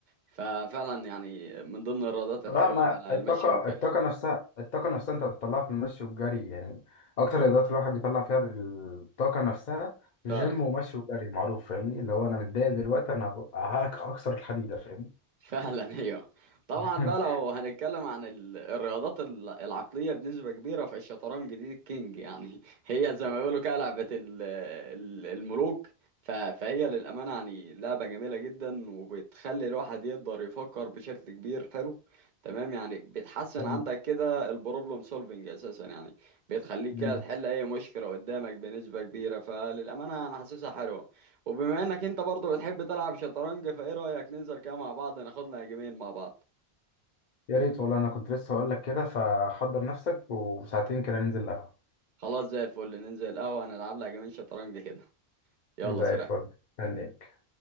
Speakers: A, on the right; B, on the left.
A: ففعلا يعني من ضمن الرياضات الحلوة
B: بالظبط لا ما
A: فعلا
B: الطاقه
A: المشي والجري
B: الطاقه نفسها الطاقه نفسها انت بتطلعها في المشي والجري يعني اكتر الرياضات الواحد بيطلع فيها الطاقه نفسها
A: فعلا
B: جيم ومشي وجري معروف فاهمني اللي هو انا متضايق دلوقتي انا هبقى هكسر الحديده فاهمني
A: فعلا ايوه طبعا
B: <laughs>
A: بقى لو هنتكلم عن ال- الرياضات ال- العقليه بنسبه كبيره فالشطرنج دي الكينج يعني <laughs> هي زي ما بيقولوا كده لعبه ال- ال- الملوك ف- فهي للامانه يعني لعبه جميله جدا وبتخلي الواحد يقدر يفكر بشكل كبير حلو تمام يعني بتحسن
B: تمام.
A: عندك كده البروبلم سولفنج اساسا يعني بتخليك
B: مم.
A: كده تحل اي مشكله قدامك بنسبه كبيره فللامانه انا حاسسها حلوه وبما انك انت برضه بتحب تلعب شطرنج فايه رأيك ننزل كده مع بعض ناخد لنا جيمين مع بعض
B: يا ريت والله انا كنت لسه هقول لك كده فحضر نفسك وساعتين كده ننزل القهوة
A: خلاص زي الفل ننزل القهوة نلعب لها جيمين شطرنج كده يلا
B: زي
A: سلام
B: الفل هنيك